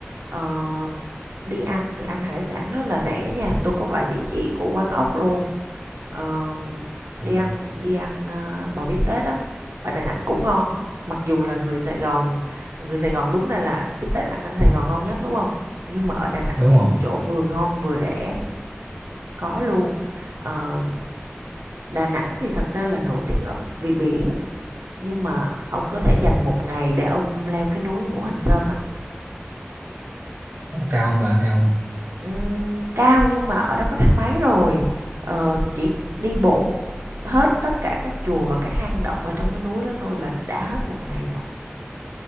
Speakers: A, on the right (about 85°); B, on the right (about 60°).
A: Ờ, đi ăn thì ăn hải sản rất là rẻ nha tôi có vài địa chỉ của quán ốc luôn Ờ,
B: ồ,
A: đi ăn đi ăn ờ, bò bít tết á ở Đà Nẵng cũng ngon mặc dù là người Sài Gòn người Sài Gòn đúng ra là bít tết ăn ở Sài Gòn ngon nhất đúng không nhưng mà ở Đà Nẵng
B: đúng
A: có một
B: rồi
A: chỗ vừa ngon vừa rẻ có luôn Ờ, Đà Nẵng thì thật ra là nổi tiếng ở vì biển nhưng mà ông có thể dành một ngày để ông leo cái núi Ngũ Hành Sơn á
B: Nó cao không bà cao không
A: Ừm, cao nhưng mà ở đó có thang máy rồi Ờ, chỉ đi bộ hết tất cả các chùa và các hang động ở trong cái núi đó thôi là đã hết một ngày rồi